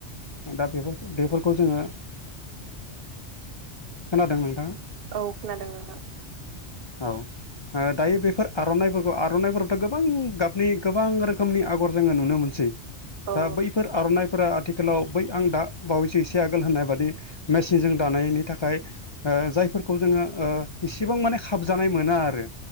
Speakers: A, on the left (about 45°); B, on the right (about 60°).
A: दा बेफोरखो बेफोरखौ जोङो खोनादों नोंथाङा?
B: औ खोनादों नोंथां।
A: औ ओ दायो बे फोर आर'नाइफोरखौ आर'नाइफोरावथ' गोबां गाबनि गोबां रोखोमनि आगर जोङो नुनो मोनसै।
B: औ
A: दा बैफोर आर'नाइ फोरा आथिखालाव बै आं दा बावैसो एसे आगोल होननाय बादि मेसिनजों दानायनि थाखाय ओ जायफोरखौ जोङो ओ इसेबां माने खाबजानाय मोना आरो।